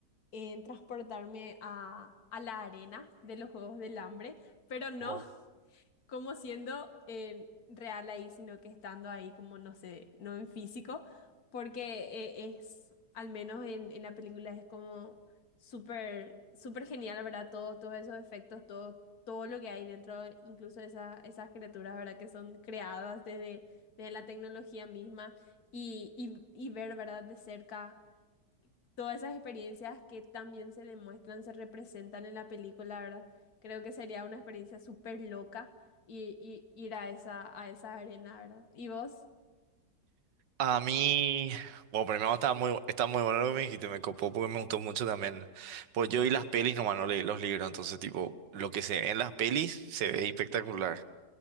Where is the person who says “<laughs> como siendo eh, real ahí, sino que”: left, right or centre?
Left